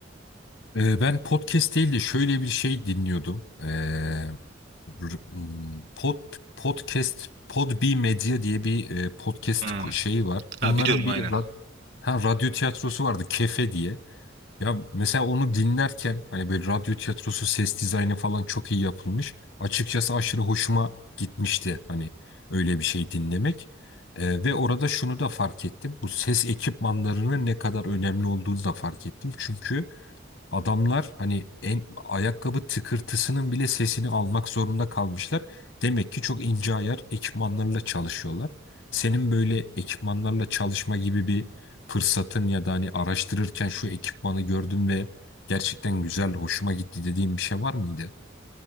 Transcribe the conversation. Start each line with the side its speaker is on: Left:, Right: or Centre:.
Left: Ee, ben podcast değil de şöyle bir şey dinliyordum. Ee, r- m, pod, podcast, Podbi Medya diye bir e, podcast
Right: Ha.
Left: ku- şeyi var.
Right: Ha,
Left: Bunların
Right: biliyorum
Left: bir
Right: aynen.
Left: ra- ha, radyo tiyatrosu vardı, Kefe diye. Ya mesela onu dinlerken hani böyle radyo tiyatrosu ses dizaynı falan çok iyi yapılmış. Açıkçası aşırı hoşuma gitmişti hani öyle bir şey dinlemek. Ee, ve orada şunu da fark ettim. Bu ses ekipmanlarının ne kadar önemli olduğunu da fark ettim. Çünkü Adamlar hani en ayakkabı tıkırtısının bile sesini almak zorunda kalmışlar. Demek ki çok ince ayar ekipmanlarla çalışıyorlar. Senin böyle ekipmanlarla çalışma gibi bir fırsatın ya da hani araştırırken şu ekipmanı gördüm ve gerçekten güzel, hoşuma gitti dediğin bir şey var mıydı?